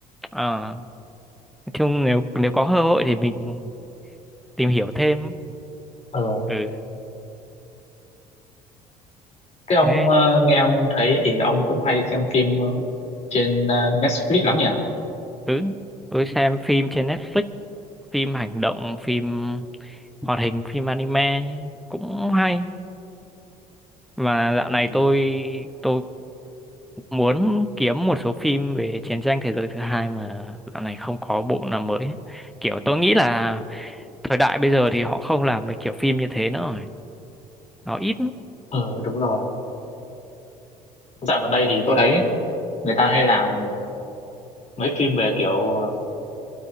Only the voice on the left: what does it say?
Ờ,
Thế ông
ờ, nghe ông thấy thì ông cũng hay xem phim ờ, trên ờ, Netflix lắm nhỉ?
Ừ.
Ừ đúng rồi. Dạo gần đây thì tôi thấy người ta hay làm mấy phim về kiểu